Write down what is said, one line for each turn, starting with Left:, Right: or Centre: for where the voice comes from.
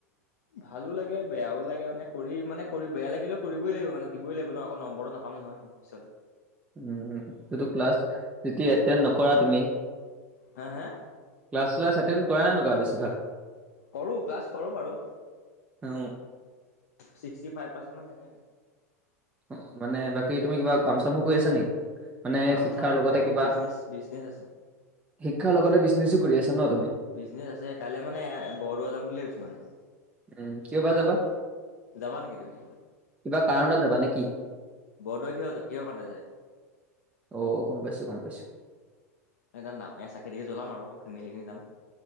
Left: ভালো লাগে বেয়াও লাগে মানে কৰি মানে কৰি বেয়া লাগে কৰিবই লাগিব মানে দিবই লাগিব ন আকৌ নম্বৰটো নাপাম নহয় নহয় পিছলে
Right: উম সেটো ক্লাছ এতিয়া এটেন্ডে নকৰা তুমি
Left: হা হা
Right: ক্লাছ স্লাছ এটেণ্ড কৰা নকৰা বেছিভাগ
Left: কৰোঁ ক্লাছ কৰোঁ বাৰু
Right: অ
Left: ছিক্সটি ফাইভ পাৰ্চেট মান থাকে
Right: অ মানে বাকী তুমি কিবা কাম চামো কৰি আছা নিকি মানে
Left: কাম
Right: শিক্ষাৰ
Left: চাম
Right: লগতে
Left: মানে মোৰ
Right: কিবা
Left: বিজনেচ বিজনেচ আছে
Right: শিক্ষাৰ লগতে বিজনেছো কৰি আছা ন তুমি
Left: বিজনেছ আছে কাইলে মানে বৰদোৱা যাম বুলি ভাবিছোঁ মানে
Right: উম কিয় বা যাবা
Left: যাবা নেকি তুমি
Right: কিবা কাৰণত যাবা নিকি
Left: বৰদুৱা কিয় কিহৰ কাৰণে যায়
Right: অ', গম পাইছো, গম পাইছো।
Left: এনে যাম চাকি থাকি জ্বলাম আৰু ফেমিলি খিনি যাম